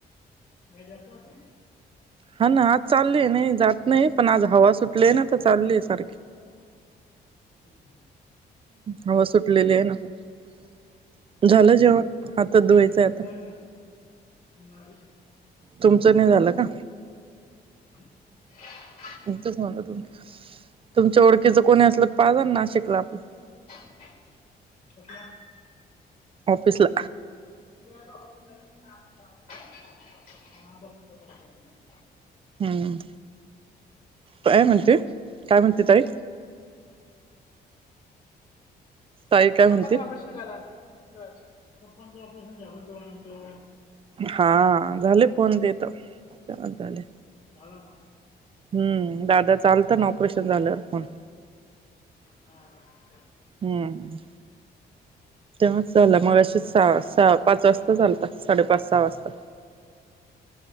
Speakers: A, on the left; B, on the right.
A: नाही जस्ती <unintelligible>
B: हा ना आज चालली आहे नाही जात नाही पण आज हवा सुटली आहे ना तर चालली आहे सारखी
A: हम्म हम्म
B: हवा सुटलेली आहे ना मग झालं जेवन? आता धुवायचंय आता
A: नाही नाही नाही
B: तुमचं नाही झालं का?
A: ह <inaudible>
B: इच म्हण तुम तुमच्या ओळखीच कोणी असलं तर पाज ना नाशिकला आपलं <inaudible>
A: <inaudible> अ <inaudible>
B: ऑफीसला
A: बघ <inaudible>
B: हम्म काय म्हणते, काय म्हणते ताई ताई काय म्हणते
A: पप्पाचा ऑपरेशन झाला. पप्पा च ऑपरेशन झाल, डोळ्यांच
B: हा झाले फोन देत, तेव्हाच झाले.
A: झाला का?
B: हम्म, दादा चालत ना, ऑपरेशन झाल्यावर पण.
A: हा. का?
B: हम्म तेव्हाच झालं, मगाशी सहा सहा पाच वाजता. आत्ताच आलता, साडेपाच सहा वाजता.